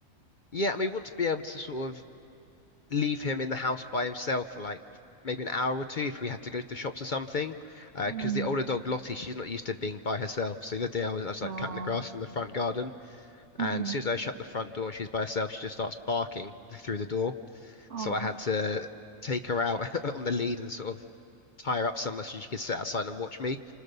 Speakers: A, on the left; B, on the right.
A: yeah. I mean, we want to be able to sort of leave him in the house by himself for like maybe an hour or two if we had to go to the shops or something. Because
B: Mm.
A: the older dog Lottie, she's not used to being by herself. So the other day I was I was
B: Oh.
A: like cutting the grass in the front garden,
B: hmm
A: And as soon as I shut the front door and she's by herself, she just starts barking through the door.
B: Oh.
A: So I had to
B: <laughs>
A: take her out <laughs> on the lead and sort of tie her up somewhere so she could sit outside and watch me.